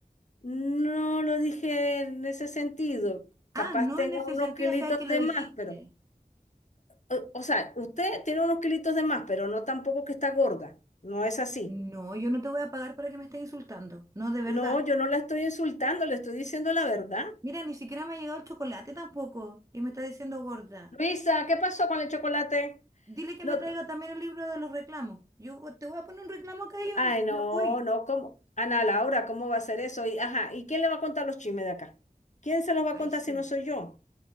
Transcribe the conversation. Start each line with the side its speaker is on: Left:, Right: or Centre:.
Left: no lo dije en ese sentido,
Right: Ah,
Left: capaz
Right: no
Left: tenga
Right: en ese
Left: unos
Right: sentido,
Left: kilitos
Right: o sea que lo
Left: de
Right: dijiste.
Left: más, pero... O, o sea, usted tiene unos kilitos de más, pero no tampoco que está gorda. No es así.
Right: No, yo no te voy a pagar para que me estés insultando. No, de verdad.
Left: No, yo no la estoy insultando, le estoy diciendo la verdad.
Right: Mira, ni siquiera me ha llegado el chocolate tampoco y me estás diciendo gorda.
Left: Luisa, ¿qué pasó con el chocolate?
Right: Dile que
Left: No,
Right: me traiga también el libro de los reclamos. Yo vo- te voy a poner un reclamo acá y yo
Left: ay, no,
Right: me voy.
Left: no, ¿cómo? Ana Laura, ¿cómo va a ser eso? Y, ajá, ¿y quién le va a contar los chismes de acá? ¿Quién se los va a
Right: Ay,
Left: contar
Right: sí.
Left: si no soy yo?